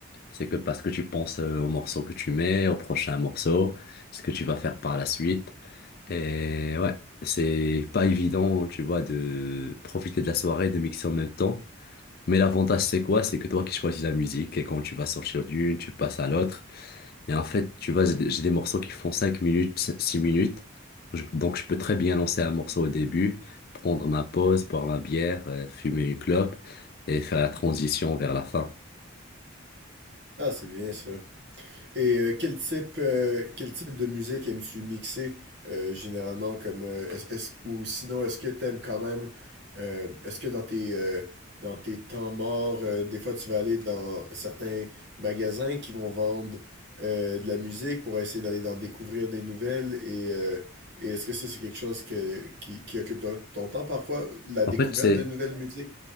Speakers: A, on the left; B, on the right.
A: C'est que parce que tu penses euh, au morceau que tu mets, au prochain morceau, ce que tu vas faire par la suite. Et ouais, c'est pas évident, tu vois, de profiter de la soirée, de mixer en même temps. Mais l'avantage, c'est quoi? C'est que toi qui choisis la musique et quand tu vas sortir d'une, tu passes à l'autre. Et en fait, tu vois, j'ai des j'ai des morceaux qui font 5 minutes, 6 minutes. Je- Donc, je peux très bien lancer un morceau au début, prendre ma pause, boire ma bière, euh, fumer une clope et faire la transition vers la fin.
B: Ah, c'est bien ça. Et euh, quel type, euh, quel type de musique aimes-tu mixer euh, généralement comme euh, est- est-ce- ou sinon est-ce que t'aimes quand même euh, est-ce que dans tes euh, dans tes temps morts euh, des fois tu vas aller dans certains magasins qui vont vendre euh, de la musique pour essayer d'aller d'en découvrir des nouvelles et, euh, et est-ce que ça c'est quelque chose que, qui, qui occupe ton, ton temps parfois la découverte
A: En fait, c'est
B: de nouvelles musiques?